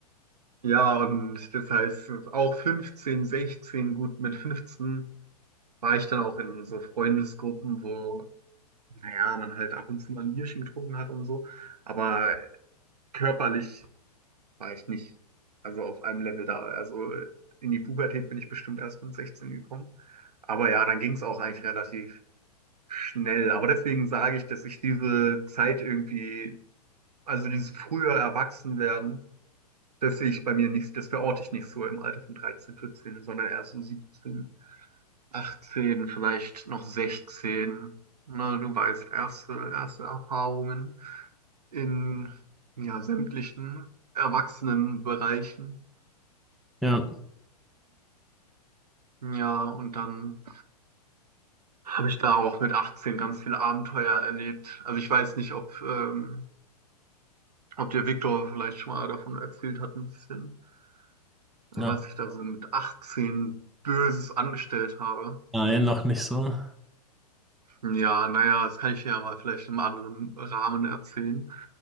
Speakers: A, on the right; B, in the centre.
A: ja, und das heißt, auch 15, 16, gut, mit 15 war ich dann auch in so Freundesgruppen, wo, naja, man halt ab und zu mal ein Bierchen getrunken hat und so. Aber körperlich war ich nicht, also auf einem Level da. Also in die Pubertät bin ich bestimmt erst mit 16 gekommen. Aber ja, dann ging es auch eigentlich relativ schnell. Aber deswegen sage ich, dass ich diese Zeit irgendwie, also dieses frühe Erwachsenwerden, das sehe ich bei mir nicht, das verorte ich nicht so im Alter von 13, 14, sondern eher so 17, 18, vielleicht noch 16. Na, du weißt, erste, erste Erfahrungen in ja, sämtlichen Erwachsenenbereichen.
B: ja,
A: Ja, und dann habe ich da auch mit 18 ganz viele Abenteuer erlebt. Also ich weiß nicht, ob, ähm, ob der Viktor vielleicht schon mal davon erzählt hat, ein bisschen, was
B: ja.
A: ich da so mit 18 Böses angestellt habe.
B: Nein, noch nicht so.
A: Ja, naja, das kann ich ja mal vielleicht im anderen Rahmen erzählen.